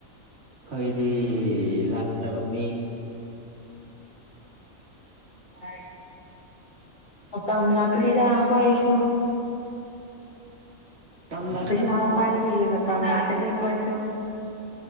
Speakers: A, on the right; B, on the left.
A: ꯑꯩꯏꯗꯤ ꯂꯥꯏꯔꯕ ꯃꯤ
B: ꯑ ꯑ ꯇꯝ ꯂꯀꯅꯤꯗꯈꯣꯏꯁꯨ
A: ꯇꯝꯂꯛꯀꯅꯤ
B: ꯄꯩꯁꯥ
A: ꯍꯣꯏ
B: ꯄꯥꯏꯔꯤꯌꯦ ꯃꯇꯝ ꯃꯇꯝ ꯂꯥꯛꯀꯅꯤ ꯀꯣꯏꯁꯨ